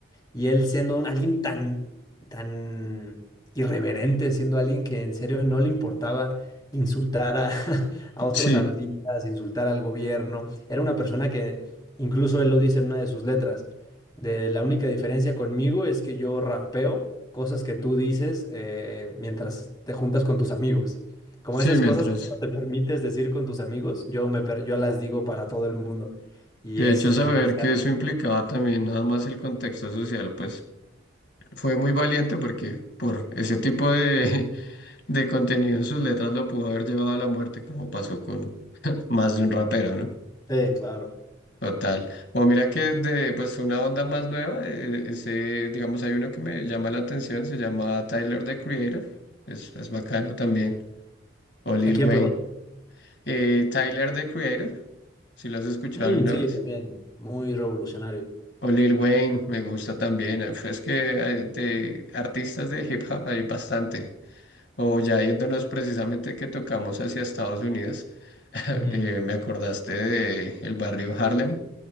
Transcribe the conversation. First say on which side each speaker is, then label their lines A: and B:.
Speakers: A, on the left (about 20°); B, on the left (about 55°).
A: Y él siendo un, alguien tan, tan irreverente, siendo alguien que en serio no le importaba insultar a, <laughs> a otros
B: Sí,
A: artistas, insultar al gobierno. Era una persona que, incluso él lo dice en una de sus letras, de la única diferencia conmigo es que yo rapeo cosas que tú dices eh, mientras te juntas con tus amigos. Como
B: sí,
A: esas
B: mientras.
A: cosas que solo te permites decir con tus amigos, yo, me, per- yo las digo para todo el mundo. Y
B: De
A: eso
B: hecho, saber
A: se me hace
B: que
A: algo.
B: eso implicaba también nada más el contexto social, pues Fue muy valiente porque por ese tipo de, <laughs> de contenido en sus letras lo pudo haber llevado a la muerte, como pasó con <laughs> más de un rapero, ¿no?
A: Sí, claro.
B: Total. O mira que de pues una onda más nueva, eh, ese, digamos, hay uno que me llama la atención, se llama Tyler the Creator, es, es bacano también, o Lil
A: ¿A quién,
B: Wayne.
A: perdón?
B: Eh, Tyler the Creator, si lo has escuchado
A: Mm,
B: alguna
A: sí,
B: vez.
A: también, muy revolucionario.
B: O Lil Wayne, me gusta también. eh, pues, Es que eh, de artistas de hip hop hay bastante. O ya yéndonos precisamente que tocamos hacia Estados Unidos, <laughs>
A: Ujú,
B: eh, me acordaste de el barrio Harlem,